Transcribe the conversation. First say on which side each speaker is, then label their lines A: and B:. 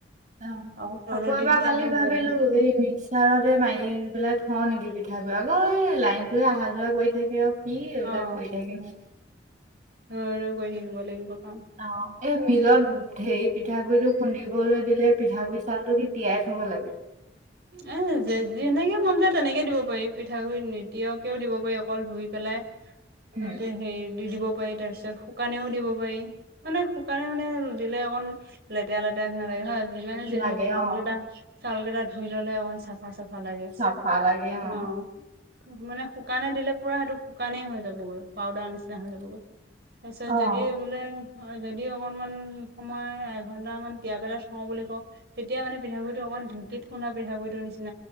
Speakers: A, on the right; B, on the right.
A: অঁ
B: অকণ
A: আকৌ
B: ৰ'দত দি
A: এবাৰ
B: দিলে
A: কালি
B: হৈ
A: ভাবিলো
B: যায়
A: এই মিক চাৰতে মাৰি পেলাই থওঁ নেকি পিঠাগই। আক' এই, লাইনতটোৱে আহা যোৱা কৰি থাকে অ' কি, এইবিলাক
B: অ',
A: কৰি থাকে নো
B: ৰৈ ৰৈ কৰি থাকিব লাগিব, কাম।
A: অঁ এ মিলন ধেই পিঠাগুড়িটো খুন্দিবলৈ দিলে, পিঠাগুড়ি চউলটো দি, তিয়াই থ'ব লাগে।
B: এ, যে যেনেকে মন যাই তেনেকে দিব পাৰি। পিঠাগুৰি নিতিয়াকেও দিব পাৰি, অকল ধুই পেলাই।
A: উম,
B: তাতে সেই দি দিব পাৰি তাৰ পিছত, শুকানেও দিব পাৰি, মানে শুকানে মানে দিলে অকণ লেতেৰা-লেতেৰা নিচিনা লাগে হয়। যিমানে যি
A: লাগে
B: নহওঁক চাউলকেটা,
A: অ',
B: চাউলকেটা ধুই ললে, অকণ চাফ বা চাফা লাগে,
A: চাফা লাগে অ',
B: অঁ। মানে শুকানে দিলে, পুৰা সেইটো শুকানেই হৈ যাবগৈ, পাউদাৰ নিচিনা হৈ যাবগৈ। তাৰছত
A: অ'।
B: যদি বোলে হয়, যদি অকনমান সময়, এঘন্টামান তিয়াই পেলাই থওঁ বুলি কওঁ তেতিয়া মানে ঠাগুৰিটো অকমান ধেকীত খুন্দা পিঠাগুৰিটো নি